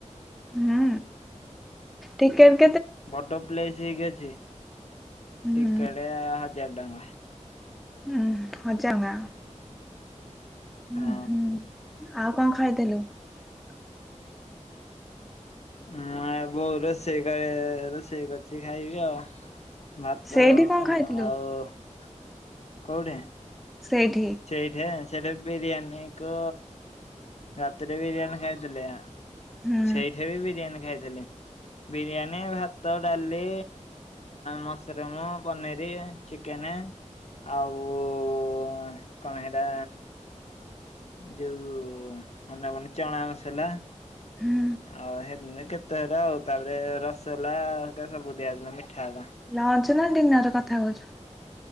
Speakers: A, in the centre; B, on the left (about 60°).
A: ହୁଁ <inaudible> ଟିକେ
B: ବଡ ପ୍ଲେସ ହେଇକି ଅଛି।
A: ହୁଁ
B: ଟିକେଟ୍ ହଜାର ଟଙ୍କା।
A: ହଁ ହଜାର ଟଙ୍କା। ହୁଁ
B: ହଁ।
A: ହୁଁ ଆଉ କଣ ଖାଇଥିଲୁ? <inaudible>
B: ହଁ ମୋ ବୋଉ ରୋଷେଇ କରେ ରୋଷେଇ କରିଛି ଖାଇବି ଆଉ। ଭାତ
A: ସେଇଠି କଣ ଖାଇଥିଲୁ
B: ଆଉ <inaudible> କୋଉଠି?
A: ସେଇଠି
B: ସେଇଠେଇ? ସେଟ <unintelligible> ବିରିୟାନୀକୁ ରାତିରେ ବିରିୟାନୀ ଖାଇଥିଲି।
A: ହୁଁ
B: ସେଇଠି ବି ବିରିୟାନୀ ଖାଇଥିଲେ? ବିରିୟାନୀ, ଭାତ, ଡାଲି, ମସରୁମ, ପନିର, ଚିକେନେ। ଆଉ କଣ ହେଇଟା? ଯୋଉ ମନା <unintelligible> ଚଣା ମସଲା।
A: ହୁଁ
B: ଆଉ <unintelligible> ହେଇିନ କେତ ଏତିକି ଆଉ, ତାପରେ ରସଗୋଲା ଏକା ସବୁ ଦିଆ ହେଇଥିଲା ମିଠା ହେକା। <unintelligible>
A: ଲଞ୍ଚ ନା ଡିିନର କଥା କହୁଚୁ?